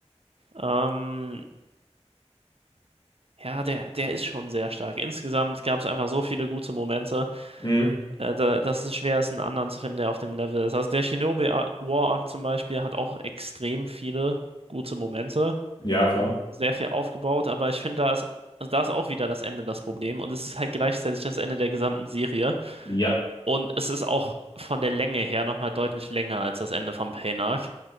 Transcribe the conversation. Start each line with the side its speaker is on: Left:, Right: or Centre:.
Right: ähm, ja, der, der ist schon sehr stark. Insgesamt gab es einfach so viele gute Momente,
Left: Mhm.
Right: äh, da, dass es schwer ist, einen anderen zu finden, der auf dem Level ist. Also der Shinobi Ar- War Arc zum Beispiel hat auch extrem viele gute Momente,
Left: Ja, klar.
Right: sehr viel aufgebaut, aber ich finde, da ist, also da ist auch wieder das Ende das Problem und es ist halt gleichzeitig das Ende der gesamten Serie.
Left: Ja.
Right: Und es ist auch von der Länge her nochmal deutlich länger als das Ende von Pain Arc.